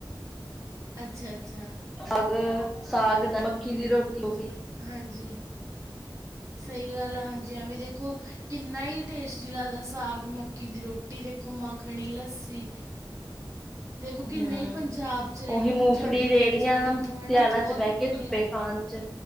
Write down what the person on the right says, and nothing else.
ਅੱਛਾ ਅੱਛਾ
ਹੂੰ
ਹਾਂਜੀ ਸਹੀ ਗੱਲ ਆ, ਹਾਂਜੀ ਹਾਂ ਵੀ ਦੇਖੋ ਕਿੰਨਾ ਹੀ ਟੇਸਟੀ ਲੱਗਦਾ ਸਾਗ ਮੱਕੀ ਦੀ ਰੋਟੀ, ਦੇਖੋ, ਮੱਖਣੀ ਲੱਸੀ ਦੇਖੋ ਕਿੰਨੇ
ਹੀ ਪੰਜਾਬ 'ਚ ਰਹਿ
ਕੇ ਪੰਜਾਬੀ
ਕਲਚਰ ਦੇਖੋ
ਹੈ ਨਾ ਬਹੁਤ
ਵਧੀਆ
ਲੱਗਦਾ